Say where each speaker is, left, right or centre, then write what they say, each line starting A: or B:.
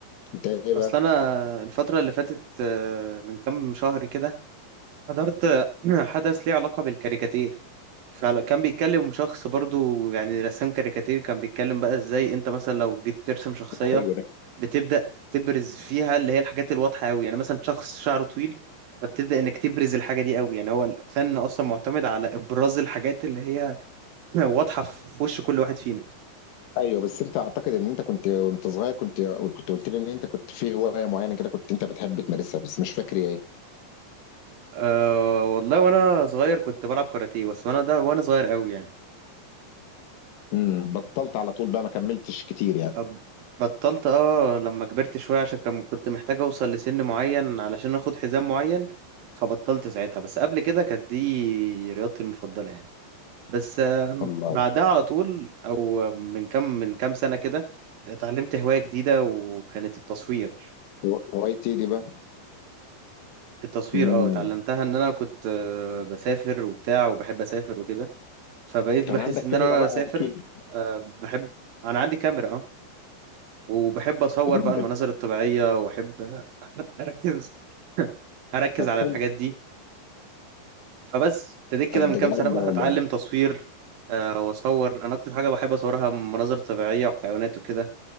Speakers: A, on the left (about 85°); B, on the right (about 65°).
A: انت ايه بقى
B: اصل انا الفتره اللي فاتت آه، من كام شهر كده حضرت آه، <clears throat> حدث ليه علاقه بالكاريكاتير فكان بيتكلم شخص برضو يعني رسام كاريكاتير كان بيتكلم بقى ازاي انت مثلا لو جيت ترسم شخصيه
A: حلو ده
B: بتبدا تبرز فيها اللي هي الحاجات الواضحه قوي يعني مثلا شخص شعره طويل فبتبدا انك تبرز الحاجه دي قوي يعني هو الفن اصلا معتمد على ابراز الحاجات اللي هي <clears throat> <laughs> واضحه في وش كل واحد فينا
A: ايوه بس انت اعتقد ان انت كنت وانت صغير كنت كنت قلت لي ان انت كنت في هوايه معينه كده كنت انت بتحب تمارسها بس مش فاكر هي ايه
B: أه والله وانا صغير كنت بلعب كاراتيه بس وانا ده وانا صغير قوي يعني
A: امم بطلت على طول بقى ما كملتش كتير يعني
B: أب- بطلت اه لما كبرت شويه عشان كان كنت محتاج اوصل لسن معين علشان اخد حزام معين فبطلت ساعتها بس قبل كده كانت دي رياضتي المفضله يعني بس آه،
A: والله
B: بعدها على طول او من كام من كام سنه كده اتعلمت هوايه جديده وكانت التصوير
A: هو- هوايتي إيه دي بقى
B: التصوير
A: تصوير
B: اه اتعلمتها ان انا كنت آه، بسافر وبتاع وبحب اسافر وكده فبقيت
A: كان
B: بحس
A: عندك
B: ان
A: كاميرا
B: انا وانا
A: بقى
B: بسافر
A: اكيد
B: آه، بحب انا عندي كاميرا اه وبحب اصور
A: جميل
B: بقى المناظر
A: ده
B: الطبيعيه واحب <laughs> اركز اركز
A: حلو
B: على الحاجات دي فبس ابتديت كده
A: طب
B: من
A: ده
B: كام
A: جميل
B: سنه بقى
A: ده والله
B: اتعلم تصوير آه، واصور انا اكتر حاجه بحب اصورها مناظر طبيعيه وحيوانات وكده